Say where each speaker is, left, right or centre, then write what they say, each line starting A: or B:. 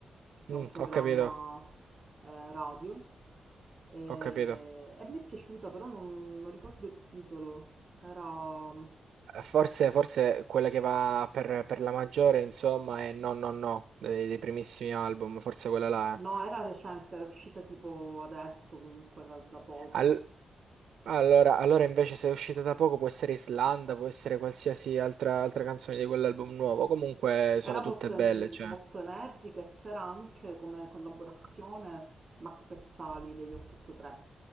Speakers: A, on the right; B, on the right.
A: che
B: Mm,
A: è un programma
B: ho capito,
A: eh, radio, e,
B: ho capito.
A: e mi è piaciuta, però non, non ricordo il titolo. Era,
B: Eh, Forse, forse quella che va per, per la maggiore, insomma, è No No No, dei, dei primissimi album, forse quella là.
A: no,
B: eh.
A: era recente, era uscita tipo adesso comunque da, da poco.
B: Al- allora, allora invece se è uscita da poco può essere Islanda, può essere qualsiasi altra, altra canzone di quell'album nuovo, comunque
A: Era
B: sono
A: molto,
B: tutte belle,
A: en-
B: cioè.
A: molto energica e c'era anche come collaborazione Max Pezzali degli 883.